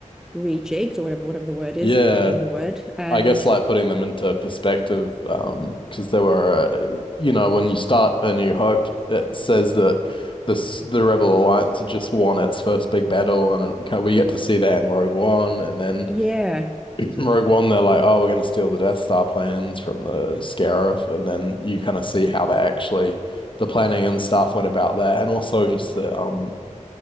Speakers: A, in the centre; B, on the left.
A: rejigged or whatever whatever the word is.
B: Yeah.
A: I can't think of the word. Um,
B: I guess like putting them into perspective, um, because they were, uh, you know, when you start A New Hope, it says that this the Rebel Alliance had just won its first big battle, and it, ca- we get to see that in Rogue One, and then
A: yeah,
B: <clears throat> Rogue One they're like, oh, we're gonna steal the Death Star plans from the Scarif, and then you kind of see how they actually the planning and stuff went about that, and also just the um